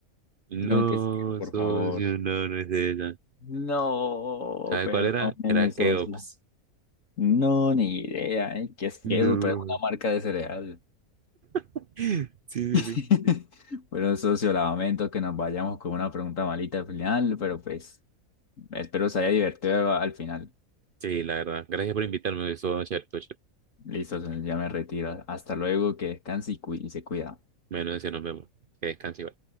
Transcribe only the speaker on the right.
No,
socio,
no, no es de ella.
¿Sabe
cuál era? Era
Keops.
No.
<laughs> Sí, sí, sí.
Sí, la verdad. Gracias por invitarme. Eso va a ser todo chévere.
Bueno, decía, nos vemos. Que descanse, Iván.